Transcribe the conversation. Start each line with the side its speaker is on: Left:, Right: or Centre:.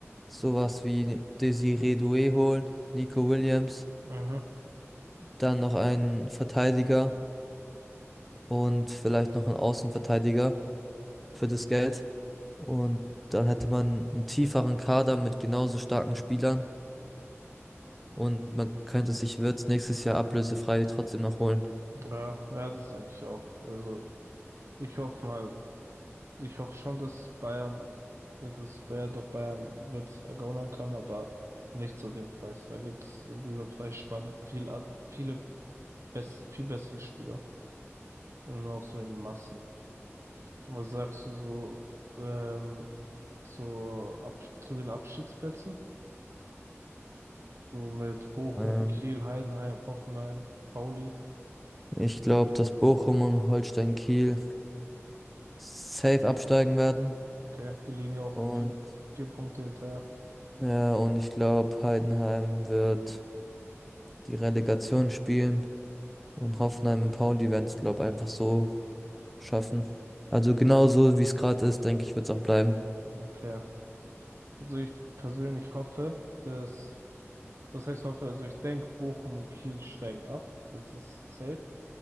Centre: sowas wie Desiree Doué holen, Nico Williams,
Right: Mhm.
Centre: dann noch einen Verteidiger und vielleicht noch einen Außenverteidiger für das Geld. Und dann hätte man einen tieferen Kader mit genauso starken Spielern und man könnte sich Wirtz nächstes Jahr ablösefrei trotzdem noch holen.
Right: Ja, ja, das denke ich auch. Also ich hoffe mal, Ich hoffe schon, dass Bayern, dass wer doch Bayern wird ergaunern kann, aber nicht zu dem Preis. Da gibt es in dieser Preisspanne viel, an- viele bess viel bessere Spieler. Und auch so in Massen. Was sagst du so ähm, zur Ab zu den Abstiegsplätzen? So mit Bochum,
Centre: Ähm,
Right: Kiel, Heidenheim, Hoffenheim, Pauli.
Centre: ich glaube, dass Bochum und Holstein Kiel safe absteigen werden.
Right: Okay, die liegen ja auch
Centre: Und
Right: vier, vier Punkte hinterher.
Centre: ja, und ich glaube, Heidenheim wird die Relegation spielen und Hoffenheim und Pauli werden es, glaube ich, einfach so schaffen. Also genau so, wie es gerade ist, denke ich, wird es auch bleiben.
Right: Okay. Also ich persönlich hoffe, dass Was heißt hoffe? Also ich denke, Bochum und Kiel steigen ab. Das ist safe.